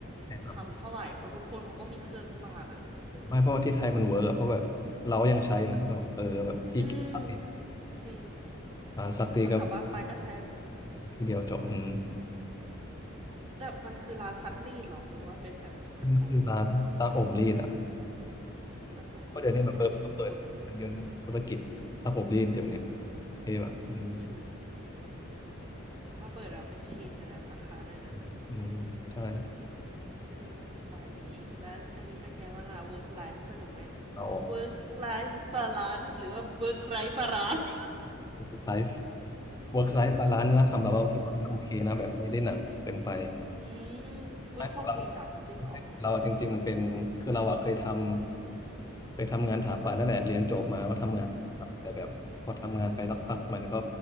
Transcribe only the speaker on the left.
ให้ท
ำไม่เพราะว่าที่ไทยมันเวิร์กอะเพราะแบบเรายังใช้นะเออเออแบบที่เก็บซักรีด
ร้านซักรีดก็
ที่เดียวจบอืม
มันคือร้านซักอบรีดอะ
เพราะเดี๋ยวนี้แบบเออมันก็เปิดกันเยอะนะธุรกิจซักอบรีดเดี๋ยวนี้
ที่แบบอืม
อืมอืมใช่
เราอะ
work life work life balance นะสำหรับเราถือว่ามันโอเคนะแบบไม่ได้หนักเกินไป
ไม่ของเราเราอะจริงๆมันเป็นคือเราอะเคยทำเคยทำงานถาปานั่นแหละเรียนจบมาก็ทำงานสายแต่แบบพอทำงานไปสักพักมันก็